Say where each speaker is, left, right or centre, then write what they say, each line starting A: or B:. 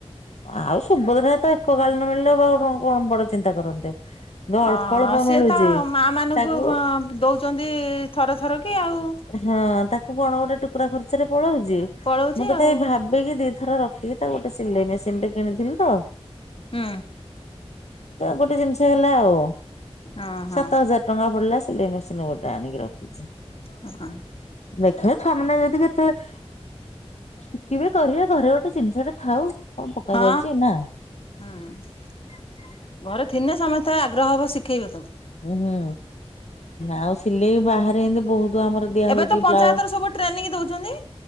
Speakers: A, on the left; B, on the left.
A: ଆଉ ସୁଭଦ୍ରା ତ ଏକ କାଳୀନ ମିଳିଲେ ବା କଣ ବଡ ଚିନ୍ତା କରନ୍ତେ। ଅଳ୍ପ
B: ହଁ
A: ଅଳ୍ପ
B: ସିଏ
A: ମିଳୁଛି
B: ତ ମା ମାନଙ୍କୁ
A: ତାକୁ
B: ଅ ଦଉଛନ୍ତି ଥର ଥର କି ଆଉ।
A: ହଁ ତାକୁ କଣ ଗୋଟେ ଟୁକୁରା ଖର୍ଚ୍ଚରେ ପଳଉଛି।
B: ପଳଉଛି
A: ମୁଁ ତଥାପି
B: ଆଉ
A: ଭାବିକି ଦିଥର ରଖିକି ତାକୁ ଗୋଟେ ସିଲେଇ ମେସିନି ଟେ କିଣିଥିଲି ତ।
B: ହୁଁ।
A: ଗୋଟେ ଜିନିଷ ହେଲା ଆଉ
B: ହଁ ହଁ
A: ସାତ ହଜାର। ଟଙ୍କା ପଡିଲା ସିଲେଇ ମେସିନ ଗୋଟେ ଆଣିକି ରଖିଛି।
B: ହୁଁ।
A: ଦେଖିବା ଛୁଆ ମାନେ ଯଦି କେତେବେଳେ ଶିଖିବେ କରିବେ ଘରେ ଗୋଟେ ଜିନିଷ ଟେ ଥାଉ। କଣ ପକା
B: ହଁ
A: ଯାଉଛି ନା।
B: ହୁଁ ଘରେ ଥିଲେ ସମସ୍ତେ <unintelligible> ଆଗ୍ରହ ହବ ଶୁଖିବେ।
A: ଉ ହୁଁ ଆଉ ସିଲେଇ ବାହାରେ ଏମତି ବହୁତ ଆମର ଦିଆ
B: ଏବେ
A: ହଉଛି
B: ତ ପଞ୍ଚାୟତ
A: ବ୍ଲା
B: ର ସବୁ ଟ୍ରେନିଂ ଦଉଛନ୍ତି।